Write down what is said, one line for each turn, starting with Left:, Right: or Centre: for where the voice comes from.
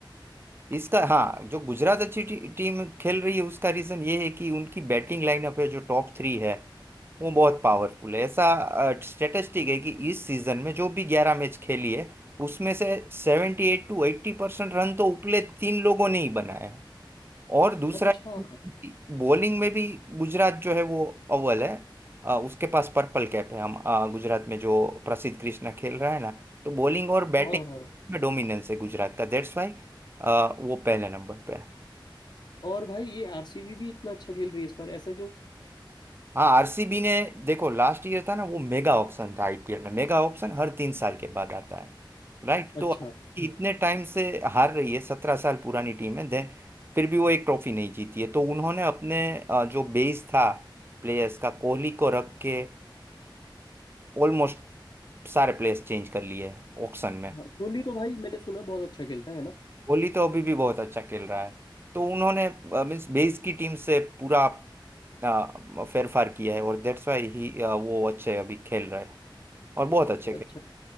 Right: इसका हाँ जो गुजरात अच्छी टी, टीम खेल रही है उसका रीजन ये है कि उनकी बैटिंग लाइनअप है जो टॉप थ्री है वो बहुत पावरफुल है ऐसा स्टेटिस्टिक है कि इस सीजन में जो भी ग्यारह मैच खेली है उसमें से seventy eight to eighty percent run तो उपले तीन लोगों ने ही बनाए हैं और दूसरा
Left: अच्छा
Right: बॉलिंग में भी गुजरात जो है वो अव्वल है अ, उसके पास पर्पल कैप है हम अ, गुजरात में जो प्रसिद्ध कृष्णा खेल रहा है ना तो बॉलिंग और बैटिंग
Left: हाँ हाँ
Right: में डोमिनेंस है गुजरात का दैट्स वाई वो पहले नंबर पे है
Left: और भाई ये आरसीबी भी इतना अच्छा खेल रही है इस बार ऐसा क्यों
Right: हाँ आरसीबी ने देखो लास्ट ईयर था ना वो मेगा ऑप्शन था आईपीएल में मेगा ऑप्शन हर तीन साल के बाद आता है राइट
Left: अच्छा
Right: तो इतने टाइम से हार रही है सत्रह साल पुरानी टीम है देन फिर भी वो एक ट्रॉफी नहीं जीती है तो उन्होंने अपने अ, जो बेस था प्लेयर्स का कोहली को रख के ऑलमोस्ट सारे प्लेयर्स चेंज कर लिए ऑक्शन में
Left: हाँ कोहली तो भाई मैंने सुना बहुत अच्छा खेलता है ना
Right: कोहली तो अभी भी बहुत अच्छा खेल रहा है तो उन्होंने मीन्स बेस की टीम से पूरा फेरफार किया है और दैट्स वाई ही वो अच्छे अभी खेल रहे हैं और बहुत अच्छे
Left: अच्छा
Right: खेल